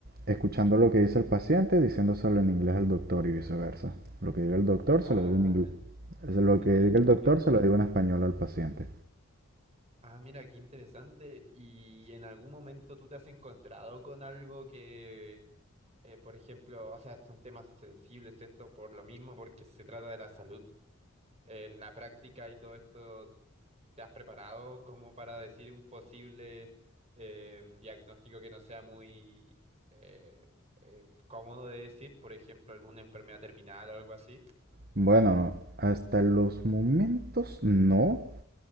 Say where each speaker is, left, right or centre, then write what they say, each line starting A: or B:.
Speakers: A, on the right; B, on the right.
A: escuchando lo que dice el paciente, diciéndoselo en inglés al doctor y viceversa. Lo que diga el doctor
B: Ah,
A: se lo digo en inglés.
B: en-
A: Lo
B: entiendo,
A: que diga el
B: entiendo.
A: doctor se lo digo en español al paciente.
B: Ah, mira, qué interesante. ¿Y en algún momento tú te has encontrado con algo que, eh, por ejemplo, o sea, son temas sensibles esto por lo mismo, porque se trata de la salud? en la práctica y todo esto, ¿te has preparado como para decir un posible eh, diagnóstico que no sea muy eh, eh, cómodo de decir? Por ejemplo, alguna enfermedad terminal o algo así.
A: Bueno, hasta los momentos no,